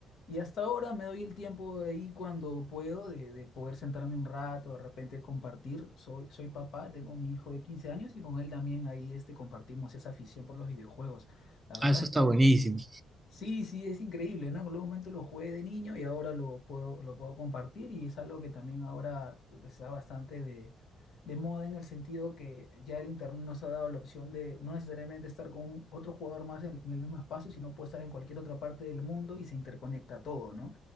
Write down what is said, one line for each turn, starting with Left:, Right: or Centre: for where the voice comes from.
Left: Y hasta ahora me doy el tiempo de ahí cuando puedo, de, de poder sentarme un rato, de repente compartir. Soy, soy papá, tengo mi hijo de 15 años y con él también ahí este, compartimos esa afición por los videojuegos. La verdad
Right: Ah, eso está
Left: es
Right: buenísimo.
Left: que es Sí, sí, es increíble, ¿no? En algún momento lo jugué de niño y ahora lo puedo, lo puedo compartir y es algo que también ahora pues, está bastante de, de moda en el sentido que ya el internet nos ha dado la opción de no necesariamente estar con un- otro jugador más en, en el mismo espacio, sino puede estar en cualquier otra parte del mundo y se interconecta todo, ¿no?